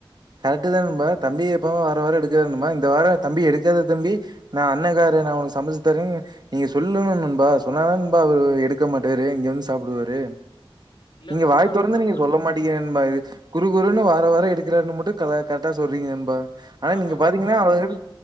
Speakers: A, on the right (about 50°); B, on the left (about 65°).
A: கரெக்ட்டுதா நண்பா தம்பி எப்பவ் வார வாரொ எடுக்காதுண்பா இந்த வாரொ தம்பி எடுக்காத தம்பி நா அண்ணக்கார நா உனக்கு சமைச்சு தரேன் நீங்க சொல்லணும்னுபா சொன்னாதானபா அவரு எடுக்க மாட்டாரு இங்க வந்து சாப்டுவாரு
B: இல்ல
A: நீங்க
B: நண்பா
A: வாய தொரந்து
B: நம்ம
A: நீங்க சொல்ல மாட்டீங்க நண்பா குருகுருன்னனு வார வாரோ எடுக்கிறார்ன்னு மட்டு கரெக்டா சொல்றீங்க நண்பா ஆனா
B: ஆமாங்
A: நீங்க பாத்தீங்ன்னா
B: நண்பா
A: அவ